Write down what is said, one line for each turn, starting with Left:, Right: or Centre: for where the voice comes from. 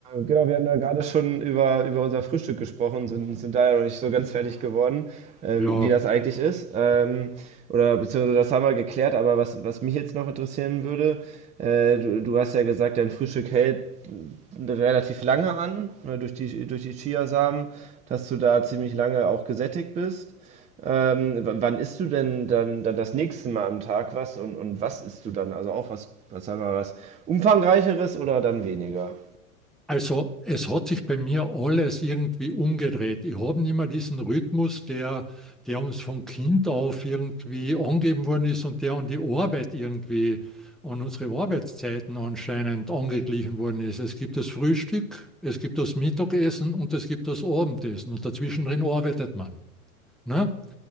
Right: Genau, wir haben ja gerade schon über, über unser Frühstück gesprochen, sind, sind da ja noch nicht so ganz fertig geworden, äh,
Centre: Ja,
Right: wie, wie das eigentlich ist. Ähm, oder beziehungsweise das haben wir geklärt, aber was, was mich jetzt noch interessieren würde, äh, du, du hast ja gesagt, dein Frühstück hält relativ lange an, ne, durch die, durch die Chiasamen, dass du da ziemlich lange auch gesättigt bist. Ähm, w- wann isst du denn dann, dann das nächste Mal am Tag was und, und was isst du dann? Also auch was, was sagen wir, was umfangreicheres oder dann weniger?
Centre: also es hat sich bei mir alles irgendwie umgedreht. Ich habe nicht mehr diesen Rhythmus, der, der uns von Kind auf irgendwie angegeben worden ist und der an die Arbeit irgendwie, an unsere Arbeitszeiten anscheinend angeglichen worden ist. Es gibt das Frühstück, es gibt das Mittagessen und es gibt das Abendessen und dazwischen drin arbeitet man, ne?